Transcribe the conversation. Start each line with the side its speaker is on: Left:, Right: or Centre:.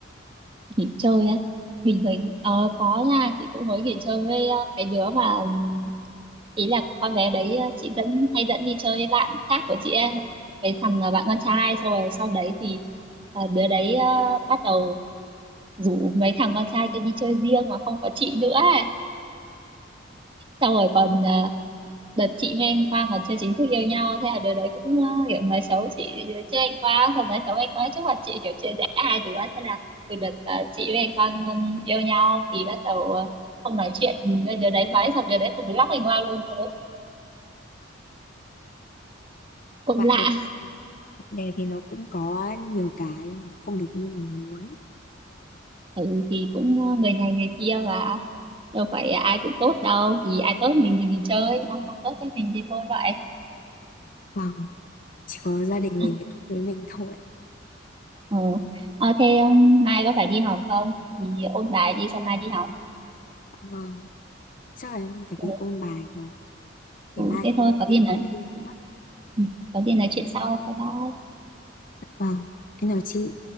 Right: nghỉ chơi á bình thường ờ, có nha chị cũng mới nghỉ chơi với ờ, cái đứa mà ừm, ý là con bé đấy ờ, chị dẫn hay dẫn đi chơi với bạn khác của chị ấy cái thằng ờ, bạn con trai xong rồi sau đấy thì ờ, đứa đấy ờ, bắt đầu rủ mấy thằng con trai kia đi chơi riêng mà không có chị nữa ấy. xong rồi còn ờ, đợt chị với anh Quang còn chưa chính thức yêu nhau thế là đứa đấy cũng ờ, kiểu nói xấu chị chứ anh Quang xong nói xấu anh Quang trước mặt chị kiểu chia rẽ hai đứa thế là từ đợt ờ, chị với anh Quang ừm, yêu nhau thì bắt đầu ờ, không nói chuyện Ừ, đứa đấy nói xong đứa đấy cũng block anh Quang luôn cũng cũng
Left: Bạn
Right: lạ
Left: bè bạn bè thì nó cũng có nhiều cái nó không được như mình muốn.
Right: ừ, thì cũng ờ, người này người kia và đâu phải ai cũng tốt đâu thì ai tốt mình thì mình chơi ai không tốt với mình thì thôi vậy
Left: Vâng, chỉ có gia đình
Right: <laughs>
Left: mình với với mình thôi.
Right: ờ, ờ thế um, mai có phải đi học không thì ôn bài đi xong mai đi học
Left: Vâng, chắc là em phải
Right: ừ,
Left: đi ôn bài rồi. Để
Right: ừ,
Left: mai
Right: thế
Left: kia
Right: thôi
Left: em
Right: có
Left: kia
Right: gì nói
Left: còn thi nữa.
Right: Ừ. Có gì nói chuyện sau. Bye bye.
Left: Vâng, em chào chị.